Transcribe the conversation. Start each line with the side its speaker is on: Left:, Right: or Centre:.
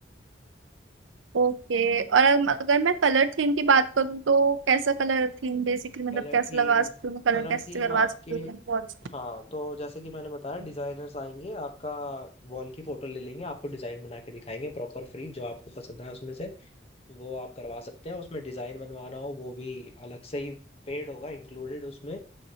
Right: ओके और अग- अगर मैं कलर थीम की बात करूँ तो कैसा कलर थीम बेसिकली मतलब
Left: Colour
Right: कैसे
Left: theme
Right: लगा सकती हूँ कलर
Left: Colour
Right: कैसे
Left: theme
Right: करवा
Left: आपके
Right: सकती हूँ अपने pots
Left: हाँ तो जैसे कि मैंने बताया
Right: पे?
Left: डिजाइनर्स आएंगे आपका वॉल की फोटो ले लेंगे आपको डिजाइन बना के दिखाएंगे प्रॉपर फ्री जो आपको पसंद है उसमें से वो आप करवा सकते हैं उसमें डिजाइन बनवाना हो वो भी अलग से ही पेड होगा इंक्लूडेड उसमें